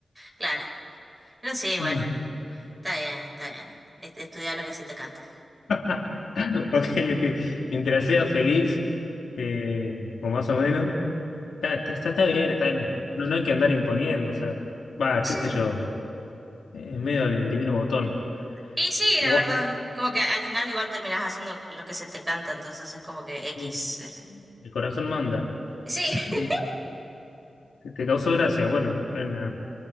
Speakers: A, on the right; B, on the left.
A: Claro. Pero sí, bueno,
B: Mm.
A: está bien, está bien. Est- Estudia lo que se te cante.
B: <laughs> Ok, ok. Mientras seas feliz, eh, o más o menos. Ah, está, está, está bien, está bien. No, no hay que andar imponiendo, o sea, va,
A: <clears throat>
B: qué sé yo,
A: <laughs>
B: es medio el divino botón.
A: Y sí,
B: Igual,
A: la verdad, como que al final igual terminás haciendo lo que se te canta, entonces es como que X.
B: eh,
A: es-
B: el corazón manda.
A: Sí, <laughs>
B: Eh, te, te causó gracia, bueno, fue una-